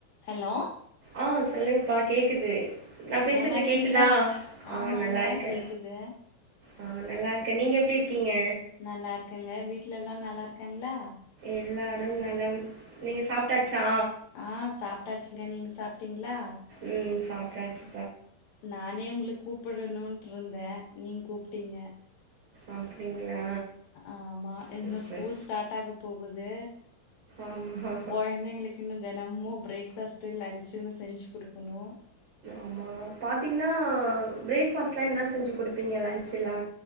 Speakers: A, on the left (about 90°); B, on the right (about 50°).
A: Hello
B: ஆ சொல்லுங்க்கா கேக்குது நா பேசுறது
A: நல்லா இருக்கீங்களா
B: கேக்குதா ஆ
A: ஆமாங்க
B: நல்லா இருக்கே
A: கேக்குது
B: ஆ நல்லா இருக்கே நீங்க எப்டி இருக்கீங்க
A: நல்லா இருக்கேங்க வீட்டுல எல்லா நல்லா இருக்காங்களா
B: எல்லாரு நலம் நீங்க சாப்டாச்சா
A: ஆ சாப்ட்டாச்சுங்க நீங்க சாப்ட்டீங்களா
B: உ சாப்டாச்சு
A: நானே உங்களுக்கு கூப்பிடணும்ட்டு இருந்தே நீங்க கூப்டீங்க
B: அப்டிங்களா
A: ஆமா இங்க
B: சூப்பர்
A: ஸ்போர்ட்ஸ் ஸ்டார்ட் ஆக போகுது
B: ஆமா
A: குழந்தைங்களுக்கு இன்னு தினமு பிரேக் பாஸ்ட்டு லன்ச்சுன்னு செஞ்சு கொடுக்கணு
B: ஆமா பாத்தீங்கன்னா பிரேக்ஃபாஸ்ட்லா என்ன செஞ்சு குடுப்பீங்க லன்சலா